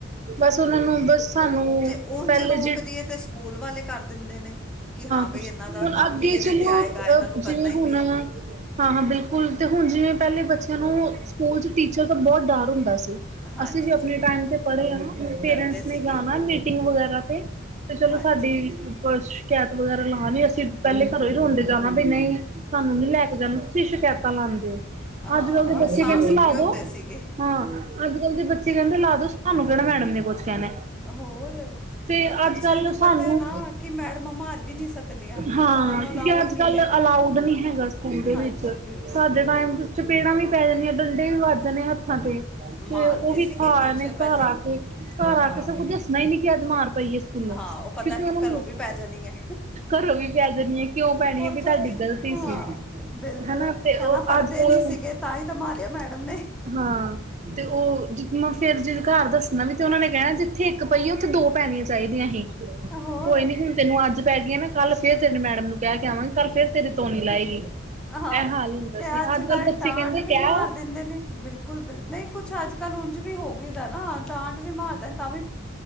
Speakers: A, on the right; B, in the centre.
A: ਬਸ ਉਹਨਾਂ ਨੂੰ ਬਸ ਸਾਨੂੰ
B: ਉਝ
A: ਪਹਿਲੇ
B: ਰੋਕਦੀ
A: ਜ
B: ਤੇ ਸਕੂਲ ਵਾਲੇ ਕਰ ਦਿੰਦੇ ਨੇ ਕਿ ਹਾਂ ਬਈ
A: ਕੁਛ
B: ਇਹਨਾਂ ਦਾ
A: ਹੁਣ
B: ਕੰਮ
A: ਅੱਗੇ
B: ਹੀ ਇਹਦੇ
A: ਚਲੋ
B: ਤੇ ਆਏਗਾ
A: ਅ
B: ਇਹਨਾਂ ਨੂੰ ਕਰਨਾ
A: ਜਿਵੇਂ
B: ਹੀ
A: ਹੁਣ
B: ਪ
A: ਹਾਂ ਹਾਂ ਬਿਲਕੁਲ ਤੇ ਹੁਣ ਜਿਵੇਂ ਪਹਿਲੇ ਬੱਚਿਆਂ ਨੂੰ ਸਕੂਲ ਚ ਟੀਚਰ ਦਾ ਬਹੁਤ ਡਰ ਹੁੰਦਾ ਸੀ
B: ਹਾਂਜੀ
A: ਅਸੀਂ ਵੀ ਆਪਣੇ
B: ਜੀ
A: ਟਾਈਮ 'ਤੇ ਪੜ੍ਹੇ ਹਾਂ ਪੇਰੈਂਟਸ
B: ਡਰਦੇ ਸੀਗੇ
A: ਨੇ ਜਾਣਾ ਮੀਟਿੰਗ ਵਗੈਰਾ 'ਤੇ ਤੇ ਚਲੋ
B: ਹਾਂਜੀ
A: ਸਾਡੀ
B: ਹਾਂਜੀ
A: ਸ਼ਿਕਾਇਤ ਵਗੈਰਾ ਲਾ ਨੀ ਅਸੀਂ ਪਹਿਲੇ ਘਰੋਂ ਹੀ ਰੋਂਦੇ ਜਾਣਾ ਬਨਾਂ ਸਾਨੂੰ ਨੀ ਲੈ ਕੇ ਜਾਣਾ ਤੁਸੀਂ ਸ਼ਿਕਾਇਤਾਂ ਲਾਦੇ ਹੋ
B: ਹਾਂ
A: ਅੱਜ ਕੱਲ ਦੇ ਬੱਚੇ
B: ਸਾਹ
A: ਕਹਿੰਦੇ
B: ਸੁੱਕੇ
A: ਲਾ
B: ਹੁੰਦੇ
A: ਦੋ
B: ਸੀਗੇ
A: ਹਾਂ ਅੱਜ ਕੱਲ ਦੇ ਬੱਚੇ ਕਹਿੰਦੇ ਲਾ ਦੋ ਸਹਾਨੂੰ ਕਿਹਣਾ ਮੈਡਮ ਨੇ ਕੁਛ ਕਹਿਣਾ
B: ਹੋਰ
A: ਤੇ
B: ਬਈ ਬੱਚਿਆਂ
A: ਅੱਜ ਕੱਲ
B: ਨੂੰ
A: ਸਾਨੂੰ
B: ਪਤਾ ਹੈ ਨਾ ਕਿ ਮੈਡਮਾਂ ਮਾਰ ਵੀ ਨਹੀਂ ਸਕਦੀਆਂ
A: ਹਾਂ
B: ਉਹਨਾਂ ਨੂੰ
A: ਕਿਉਂਕਿ
B: ਅਲਾਉਡ
A: ਅੱਜ
B: ਨਹੀਂ
A: ਕੱਲ
B: ਹੈ
A: ਅਲਾਊਡ ਨੀ ਹੈਗਾ ਸਕੂਬੇ
B: ਹਾਂਜੀ
A: ਵਿੱਚ
B: ਬਿਲਕੁਲ
A: ਸਾਡੇ
B: ਬਿਲਕੁਲ
A: ਟਾਈਮ ਚਪੇੜਾਂ ਵੀ ਪੈ ਜਾਂਦੀਆਂ ਡੰਡੇ ਵੀ ਵੱਜ ਜਾਂਣੇ ਆ ਹੱਥਾਂ ਤੇ ਤੇ
B: ਮਾਰਦੇ
A: ਉਹ ਵੀ
B: ਸੀਗੇ
A: ਖਾਏ
B: ਟੀਚਰ
A: ਨੇ
B: ਪਹਿਲੇ
A: ਘਰ ਆ ਕੇ ਘਰ
B: ਹਾਂ
A: ਆ ਕੇ ਸ ਕੁਝ ਦੱਸਣਾ ਹੀ ਨੀ ਕਿ ਅੱਜ ਮਾਰ ਕੇ ਪਈ ਹੈ ਸਕੂਲੋਂ
B: ਹਾਂ ਉਹ ਪਤਾ
A: ਕਿਉਂਕਿ
B: ਫਿਰ
A: ਉਹਨੂੰ
B: ਘਰੋਂ ਵੀ ਪੈ ਜਾਣੀ ਹੈ
A: ਘਰੋਂ ਵੀ ਪੈ ਜਾਂਣੀ ਆ ਕਿਉਂ ਪੈਣੀ
B: ਉੱਥੋਂ
A: ਹੈ ਵੀ ਤੁਹਾਡੀ ਗ਼ਲਤੀ
B: ਹਾਂ
A: ਸੀ
B: ਬਿਲਕੁਲ
A: ਹਨਾ ਤੇ
B: ਕਹਿੰਦਾ
A: ਉਹ
B: ਪੜ੍ਹਦੇ
A: ਅੱਜ ਕੱਲ
B: ਨੀ ਸੀਗੇ ਤਾਂ ਹੀ ਤਾਂ ਮਾਰਿਓ ਮੈਡਮ ਨੇ
A: ਹਾਂ ਤੇ ਉਹ ਜ ਫੇਰ ਜ ਘਰ ਦੱਸਣਾ ਵੀ ਤੇ ਉਹਨਾਂ ਨੇ ਕਹਿਣਾ ਜਿੱਥੇ ਇੱਕ ਪਈਏ ਉੱਥੇ ਦੋ ਪੈਣੀਆਂ ਚਾਹੀਦੀਆਂ ਸੀ
B: ਹੋਰ
A: ਕੋਈ ਨੀ ਹੁਣ ਤੈਨੂੰ ਅੱਜ ਪੈ ਗਈਆਂ ਨਾ ਕੱਲ ਫਰ ਤੇਰੇ ਮੈਡ ਨੂੰ ਕਹਿ ਕੇ ਆਵਾਂਗੇ ਕੱਲ ਫੇਰ ਤੇਰੇ ਤੋਨੀ ਲਾਏਗੀਈ
B: ਹਾਂ
A: ਇਹ ਹਾਲ ਹੁੰਦਾ
B: ਤੇ
A: ਸੀ ਅੱਜ ਕੱਲ ਬੱਚੇ
B: ਡਾਂਟ
A: ਕਹਿੰਦੇ
B: ਵੀ
A: ਕਹਿ
B: ਮਾਰ ਦਿੰਦੇ ਨੇ ਬਿਲਕੁਲ ਬਿਲਕੁਲ ਨਹੀਂ ਕੁਛ ਅੱਜ ਕੱਲ ਉਝ ਵੀ ਹੋ ਗਈ ਦਾ ਨਾ ਡਾਂਟ ਵੀ ਮਾਰਦਾ ਤਾਂ ਵੀ